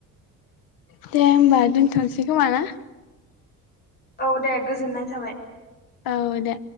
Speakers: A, on the left; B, on the left.
A: दे होनबा दोनथ'सै खोमा ना?
B: औ दे गोजोननाय थाबाय।
A: औ दे।